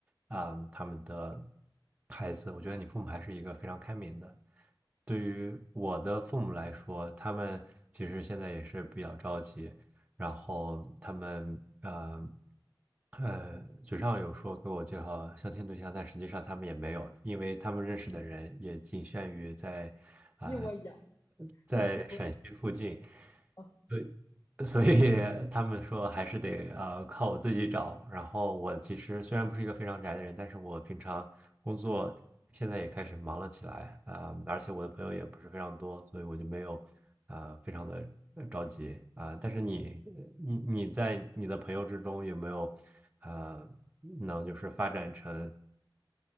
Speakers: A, on the right; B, on the left.
A: 啊、他们的孩子。我觉得你父母还是一个非常开明的。对于我的父母来说，他们其实现在也是比较着急，然后他们呃呃嘴上有说给我介绍相亲对象，但实际上他们也没有，因为他们认识的人也仅限于在啊、
B: 一模一样。
A: 在陕西附近，
B: 嗯，我，哦，
A: 对，所以他们说还是得呃靠我自己找。然后我其实虽然不是一个非常宅的人，但是我平常工作现在也开始忙了起来啊、呃而且我的朋友也不是非常多，所以我就没有啊、呃非常的着急啊、但是你你你在你的朋友之中有没有啊能就是发展成